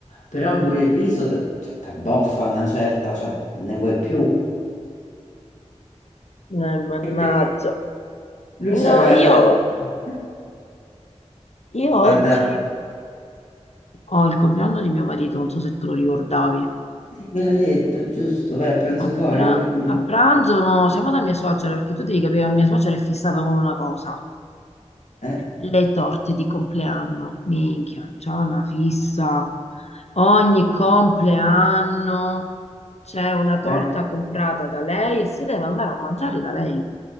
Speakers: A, on the left; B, on the left.
A: Però pure il riso ti abboffa una certa, cioè ne puoi più.
B: Eh, mannaggia.
A: E quindi lui
B: No,
A: c'aveva
B: io,
A: la... <laughs>
B: io oggi
A: Da, da...
B: ho il compleanno di mio marito, non so se te lo ricordavi.
A: Ve l'ho detto, giusto, vai a pranzo
B: A,
A: fuori,
B: pra-
A: quindi...
B: a pranzo no, siamo da mia suocera, perché tu devi capire, mia suocera è fissata con una cosa.
A: Eh?
B: Le torte di compleanno, minchia, c'è una fissa. Ogni compleanno c'è una torta
A: Ma, ma
B: comprata da lei e si deve andare a mangiare da lei.